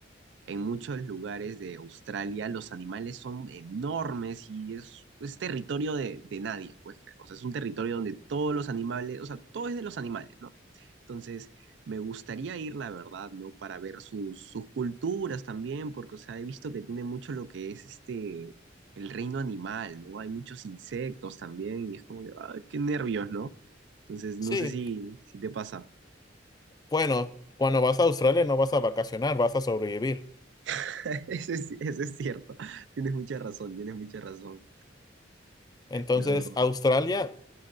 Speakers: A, on the right (about 65°); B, on the left (about 20°).
A: En muchos lugares de Australia los animales son enormes y es, es territorio de, de nadie, puedes creer. O sea, es un territorio donde todos los animales, o sea, todo es de los animales, ¿no? Entonces, me gustaría ir, la verdad, ¿no? Para ver sus, sus culturas también, porque, o sea, he visto que tiene mucho lo que es este, el reino animal, ¿no? Hay muchos insectos también y es como que, ah, qué nervios, ¿no? Entonces, no
B: Sí,
A: sé si, si te pasa.
B: Bueno, cuando vas a Australia no vas a vacacionar, vas a sobrevivir.
A: <laughs> Eso es, eso es cierto. Tienes mucha razón, tienes mucha razón.
B: Entonces,
A: La verdad.
B: Australia,